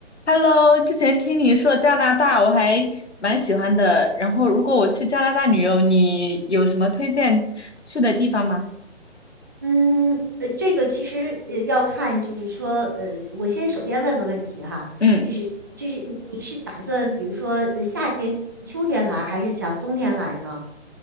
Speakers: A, on the left; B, on the right.
A: Hello，之前听你说加拿大，我还蛮喜欢的。然后，如果我去加拿大旅游，你有什么推荐去的地方吗？
B: 嗯，呃，这个其实呃要看，就是说，呃，我先首先问个问题哈，
A: 嗯，
B: 就是就是你你是打算，比如说，呃，夏天、秋天来，还是想冬天来呢？